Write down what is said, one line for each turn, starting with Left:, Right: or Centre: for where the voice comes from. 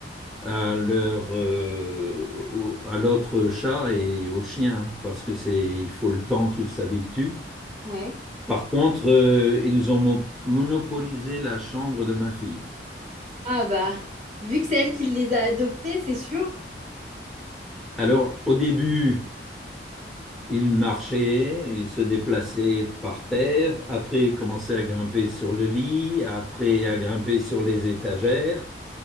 Centre: à leur, euh, au- à l'autre chat et au chien, parce que c'est, il faut le temps qu'ils s'habituent.
Right: Ouais.
Centre: Par contre, euh, ils ont mo- monopolisé la chambre de ma fille.
Right: Ah bah, vu que c'est elle qui les a adoptés, c'est sûr.
Centre: Alors, au début, Il marchait, il se déplaçait par terre, après il commençait à grimper sur le lit, après à grimper sur les étagères.